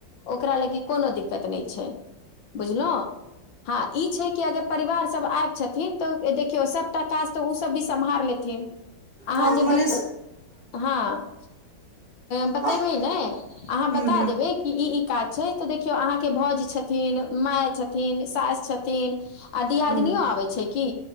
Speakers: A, on the left; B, on the right.
A: ओकरा लागी कोनो दिक्कत नय छै बुझलो हँ ई छै कि अगर परिवार सब आब छथिन तऽ देखियौ सबटा काज तऽ ओ सब भी सम्हार लेथिन अहाँ
B: हम
A: जे
B: मने
A: बते हँ बतयबय
B: हूँ
A: नै अहाँक
B: हूँ
A: बता देबय कि ई ई काज छैय तऽ देखियौ अहाँके भौज छथिन माय छथिन सास छथिन आ दियादिनियो
B: हूँ
A: आबै छै की